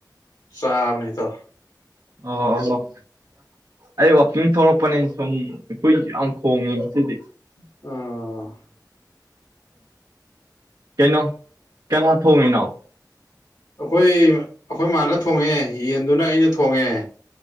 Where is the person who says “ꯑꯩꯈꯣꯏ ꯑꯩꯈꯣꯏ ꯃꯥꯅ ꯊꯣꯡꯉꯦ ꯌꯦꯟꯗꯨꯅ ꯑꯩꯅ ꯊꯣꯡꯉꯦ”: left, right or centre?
Left